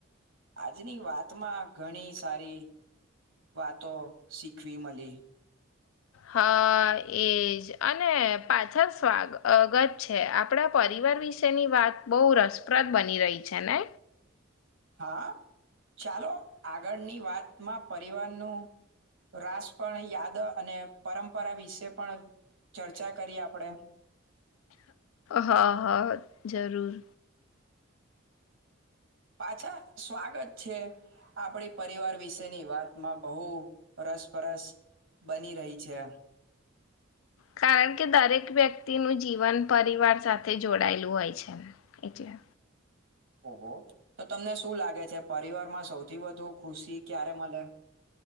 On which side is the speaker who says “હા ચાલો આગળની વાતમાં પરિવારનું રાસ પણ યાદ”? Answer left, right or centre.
Right